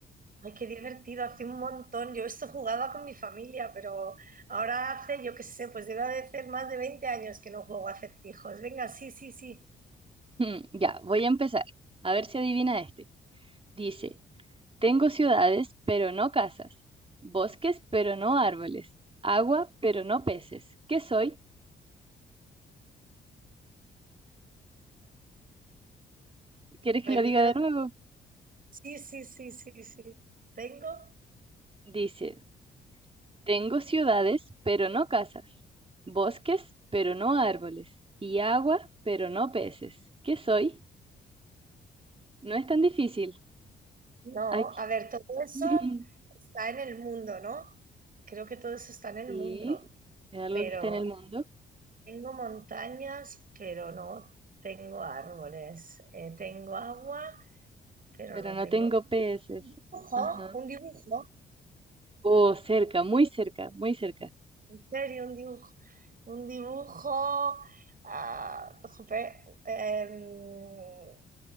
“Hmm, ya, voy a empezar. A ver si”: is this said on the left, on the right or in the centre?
Right